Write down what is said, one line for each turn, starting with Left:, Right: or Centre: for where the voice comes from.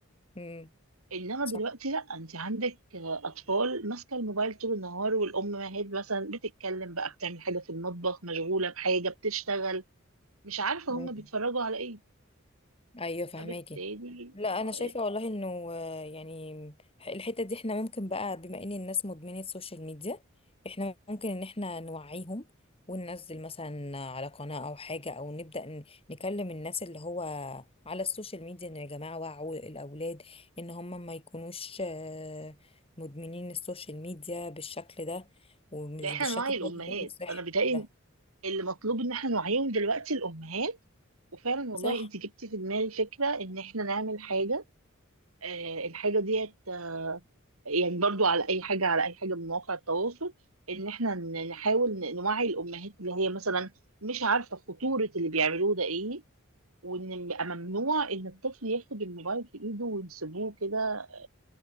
Left: امم
Right: انما دلوقتي
Left: صح
Right: لا انت عندك آه، اطفال ماسكه الموبايل طول النهار والامهات مثلا بتتكلم بقى بتعمل حاجه في المطبخ مشغوله بحاجه بتشتغل مش عارفه
Left: مم.
Right: هم بيتفرجوا على ايه
Left: ايوه فهماكي
Right: فبالتالي
Left: لا
Right: آه،
Left: انا شايفه والله انه آه، يعني الحته دي احنا ممكن بقى بما ان الناس مدمنه السوشيال ميديا احنا ممكن ان احنا نوعيهم وننزل مثلا على قناه او حاجه او نبدا ن- نكلم الناس اللي هو على السوشيال ميديا انه يا جماعه وعوا الاولاد ان هم ما يكونوش آه، مدمنين السوشيال ميديا بالشكل ده ومش
Right: ده احنا
Left: بالشكل
Right: نوعي الامهات
Left: ده اللي غير صحي
Right: انا بيتهيألي
Left: ده
Right: اللي مطلوب ان احنا نوعيهم دلوقتي الامهات وفعلا والله
Left: صح
Right: انت جبتي في دماغي فكره ان احنا نعمل حاجه آه، الحاجه ديت يعني برضو على اي حاجه على اي حاجه من مواقع التواصل ان احنا ن- نحاول ن- نوعي الامهات اللي هي مثلا مش عارفه خطوره اللي بيعملوه ده ايه وان يبقى ممنوع ان الطفل ياخد الموبايل في ايده ويسيبوه كده